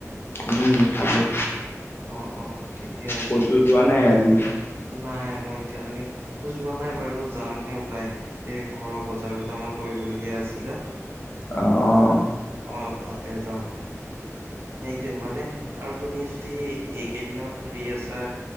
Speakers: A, on the left; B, on the right.
A: উম, খালোঁ।
B: অহ - অহ ঠিকে আছে
A: ক'তো যোৱা নাই আজি
B: নাই মই এতিয়ালৈকে যোৱা নাই বাৰু যামহে ওলাই এ' ঘৰৰ বজাৰ দুটামান কৰিবলগীয়া আছিলে এ'
A: আহ - অহ
B: অহ তাতে যাম সেইটোৱে মানে আৰু তুমি যদ যদি এইকেইদিনত ফ্ৰী আছা